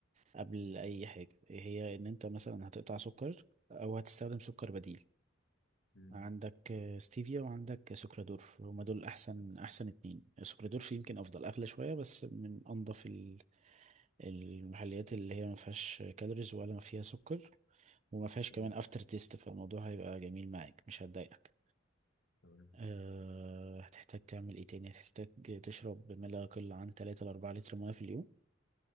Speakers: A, on the right; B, on the left.
A: قبل
B: مم.
A: اي حاجة هي ان انت مثلا هتقطع سكر او هتستخدم سكر بديل
B: مم.
A: عندك آه، ستيفيا وعندك سكرادورف هما دول احسن احسن اتنين سكرادورف يمكن افضل اغلى شويه بس من انضف ال- المحليات اللي هي ما فيهاش كالوريز ولا ما فيها سكر وما فيهاش
B: تمام
A: كمان افتر تيست فالموضوع هيبقى جميل معاك مش هتضايقك
B: تمام
A: أه هتحتاج تعمل ايه تاني هتحتاج تشرب ما لا يقل عن 3 ل 4 لتر ميه في اليوم